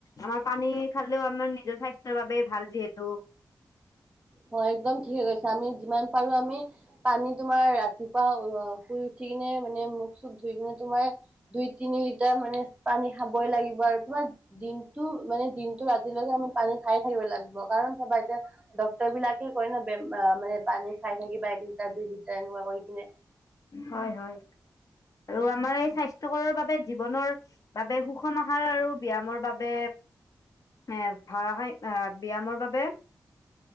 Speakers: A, on the left; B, on the right.
A: আমাৰ পানী খালেও আমাৰ নিজৰ স্বাস্থ্যৰ বাবেও ভাল যিহেতু।
B: হয় একদম ঠিকে কৈছে আমি যিমান পাৰো আমি পানী তোমাৰ ৰাতিপুৱা শুই উঠি কিনে মানে মুখ চুখ ধুই কিনে তোমাৰ দুই তিনি লিটাৰ মানে পানী খাবই লাগিব আৰু তোমাৰ দিনটো মানে দিনটো আমি পানী খাই থাকিব লাগিব কাৰণ চাবা এতিয়া ডক্তৰ বিলাকে কয় ন বেমাৰ পানী খাই থাকিবা এক লিটাৰ দুই লিটাৰ এনেকুৱা কৰি কিনে।
A: হয় হয় আৰু আমাৰ এই স্বা স্থ্যকৰৰ বাবে জীৱনৰ বাবে সুষম আহাৰ আৰু ব্যায়ামৰ বাবে এ ধৰা হয় আহ ব্যায়ামৰ বাবে